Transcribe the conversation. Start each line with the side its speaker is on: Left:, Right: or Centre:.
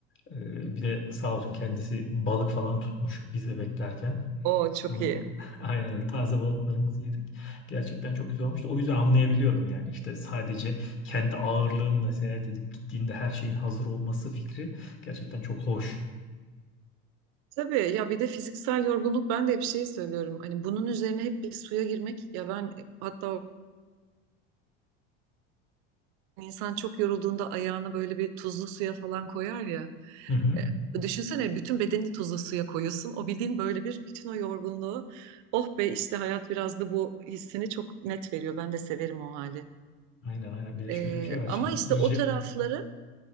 Left: e, bir de sağ olsun kendisi balık falan tutmuş biz de beklerken.
Right: o çok
Left: Ama
Right: iyi.
Left: <laughs> Aynen öyle taze balıklarımızı yedik. Gerçekten çok güzel olmuştu. O yüzden anlayabiliyorum yani işte sadece kendi ağırlığınla seyahat edip gittiğinde her şeyin hazır olması fikri gerçekten çok hoş.
Right: Tabii ya bir de fiziksel yorgunluk ben de hep şey söylüyorum. Hani bunun üzerine hep bir suya girmek ya ben e, hatta insan çok yorulduğunda ayağını böyle bir tuzlu suya falan koyar ya.
Left: Hı hı.
Right: E, düşünsene bütün bedenini tuzlu suya koyuyorsun. O bildiğin böyle bir bütün o yorgunluğu oh be işte hayat biraz da bu hissini çok net veriyor. Ben de severim o hali.
Left: Aynen aynen. Bir de
Right: E,
Left: şöyle bir şey var şimdi
Right: ama işte
Left: iyice
Right: o tarafları